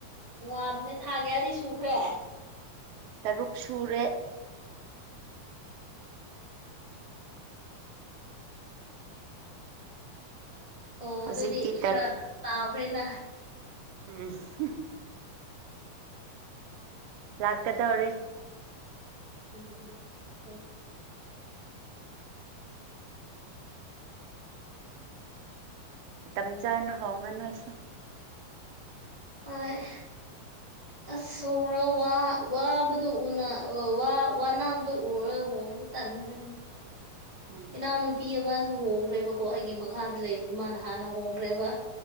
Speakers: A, on the left; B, on the right.
A: ꯋꯥꯕꯅꯦ ꯊꯥꯒꯌꯥꯗꯤ ꯁꯨꯈ꯭ꯔꯦ
B: ꯇꯔꯨꯛ ꯁꯨꯔꯦ
A: ꯑꯣ
B: ꯍꯧꯖꯤꯛꯇꯤ
A: ꯑꯗꯨꯗꯤ
B: ꯇꯔꯨꯛ
A: ꯈꯔ ꯇꯥꯎꯈ꯭ꯔꯦꯅ
B: <inaudible> ꯆꯀꯗꯧꯔꯤ
A: <unintelligible>
B: ꯃꯇꯝ ꯆꯥꯅ ꯍꯣꯡꯉꯣ ꯅꯣꯏꯁꯨ
A: ꯍꯣꯏ
B: <inaudible>
A: ꯑꯁ ꯍꯣꯡꯉꯣ ꯋꯥ ꯋꯥꯕꯗꯨ ꯎꯅ ꯑꯣ ꯋꯥ ꯋꯥꯅꯥꯕꯗꯨ ꯎꯔꯣꯏ ꯍꯣꯡꯉ ꯇꯟꯒꯔꯦꯅꯦ
B: ꯎꯝ
A: ꯏꯅꯥꯎꯅꯨꯄꯤ ꯑꯃꯁꯨ ꯍꯣꯡꯈ꯭ꯔꯦꯕ ꯀꫭ ꯑꯩꯒꯤ ꯃꯈꯥꯗ ꯂꯩꯕ ꯃꯥꯅ ꯍꯥꯟꯅ ꯍꯣꯡꯈ꯭ꯔꯦꯕ